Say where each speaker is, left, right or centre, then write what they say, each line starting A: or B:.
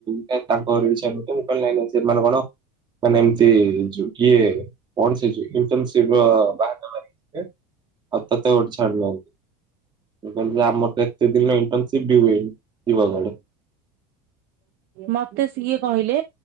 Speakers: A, on the right; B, on the right.
A: କା ତାଙ୍କ ଘରେ ବି ଛାଡିବେନି ତ ମୁଁ କହିଲି ନାଇଁ ନାଇଁ ସେମାନେ କଣ ମାନେ ଏମତି ଯୋଉ କିଏ କଣ ସେ ଯୋଉ ଇଣ୍ଟନସିପର ବାହାରଟା ମାରି <unintelligible> ଆଉ ତତେ ଗୋଟେ ଛାଡୁନାହାନ୍ତି। ସେ କହିଲା ଆମର ତ ଏତେ ଦିନ ଇଣ୍ଟନସିପ ବି ହୁଏନି ଯିବ କୁଆଡେ।
B: ମତେ ସିଏ କହିଲେ